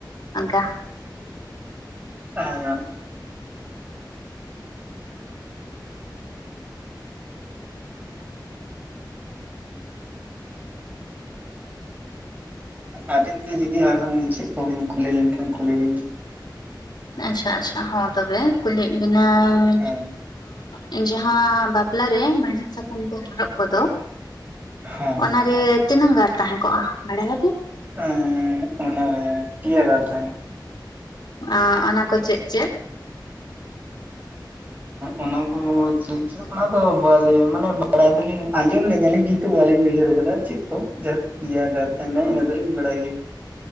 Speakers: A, on the left; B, on the right.
A: ᱚᱱᱠᱟ
B: <inaudible> ᱟᱵᱮᱱ ᱜᱮ ᱡᱩᱫᱤ ᱟᱨᱦᱚᱸ ᱾ ᱪᱮᱫ ᱠᱚᱵᱤᱱ ᱠᱩᱞᱤ ᱞᱮᱱᱠᱷᱟᱱ ᱠᱩᱞᱤ ᱵᱤᱱ
A: ᱟᱪᱪᱷᱟ ᱟᱪᱪᱷᱟ ᱦᱚᱸ ᱛᱚᱵᱮ ᱠᱩᱞᱤᱭᱮᱫ ᱵᱤᱱᱟᱹᱧᱻ
B: ᱦᱮᱸ
A: ᱚᱸᱜᱻ ᱡᱟᱦᱟᱸ ᱵᱟᱯᱞᱟ ᱨᱮ ᱢᱮᱬᱦᱮᱫ ᱥᱟᱠᱟᱢ ᱠᱚ ᱦᱚᱨᱚᱜ ᱠᱚᱫᱚ
B: ᱦᱮᱸ
A: ᱚᱱᱟᱨᱮᱻ ᱛᱤᱱᱟᱹᱝ ᱜᱟᱨ ᱛᱟᱦᱮᱸ ᱠᱚᱜᱼᱟ ᱵᱟᱲᱟᱭᱟ ᱵᱮᱱ
B: ᱮᱸᱻ ᱚᱱᱟᱨᱮ ᱯᱮᱭᱟ ᱠᱟᱛᱮ,
A: ᱟᱻ ᱚᱱᱟ ᱠᱚ ᱪᱮᱫ ᱪᱮᱫ
B: ᱚᱱᱟ ᱠᱚ ᱪᱮᱫ ᱚᱱᱟ ᱫᱚ ᱵᱟᱹᱞᱤ ᱢᱟᱱᱮ ᱵᱟᱲᱟᱭ ᱫᱚᱞᱤᱧ ᱟᱸᱡᱚᱢ ᱞᱮᱫᱟᱞᱤᱧ ᱠᱤᱱᱛᱩ ᱵᱟᱹᱞᱤᱧ ᱩᱭᱦᱟᱹᱨ ᱠᱟᱫᱟ ᱪᱮᱫ ᱯᱤᱭᱟ ᱜᱟᱨ ᱛᱟᱦᱮᱱᱟ ᱚᱱᱟ ᱫᱚᱞᱤᱧ ᱵᱟᱲᱟᱭ ᱜᱮᱭᱟ